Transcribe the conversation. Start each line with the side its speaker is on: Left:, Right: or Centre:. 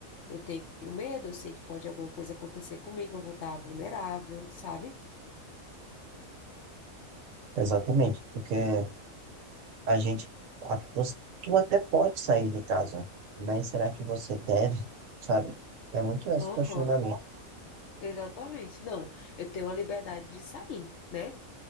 Left: Eu tenho medo, eu sei que pode alguma coisa acontecer comigo, eu vou estar vulnerável, sabe?
Right: Exatamente, porque a gente, a- você- tu até pode sair de casa, mas será que você deve, sabe? É muito esse
Left: Aham,
Right: questionamento,
Left: exatamente. Não, eu tenho a liberdade de sair, né?